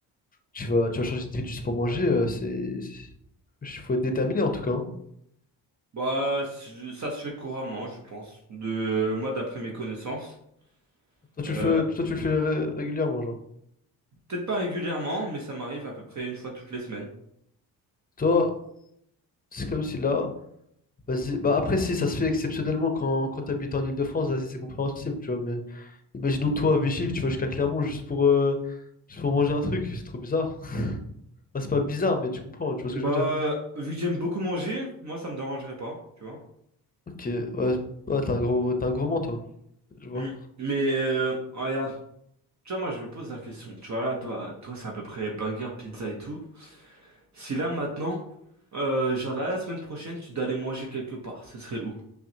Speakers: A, on the left; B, on the right.
A: Tu vas, tu vas changer de ville juste pour manger, euh, c'est. c'est- wesh, faut être déterminé en tout cas. hein.
B: Bah, c- ça se fait couramment, je pense. De moi, d'après mes connaissances.
A: Toi, tu
B: Euh,
A: le fais, toi, tu le fais ré- régulièrement, genre.
B: peut-être pas régulièrement, mais ça m'arrive à peu près une fois toutes les semaines.
A: Toi, c'est comme si là. Vas-y. Bah après, si, ça se fait exceptionnellement quand, quand t'habites en Île-de-France, vas-y, c'est compréhensible, tu vois. Mais imaginons toi à Vichy, tu vas jusqu'à Clermont juste pour, euh, juste pour manger un truc, c'est trop bizarre. <laughs> Bah, c'est pas bizarre, mais tu comprends, tu vois ce
B: Bah,
A: que je veux dire.
B: vu que j'aime beaucoup manger, moi, ça me dérangerait pas, tu vois.
A: Ok, ouais, ouais, t'es un gros, t'es un gourmand, toi, je vois.
B: Mm. Mais euh, regarde, tu vois, moi, je me pose la question. Tu vois là, toi, toi, c'est à peu près burger, pizza et tout. Si là maintenant, euh, genre là, la semaine prochaine, tu dois aller manger quelque part, ce serait où?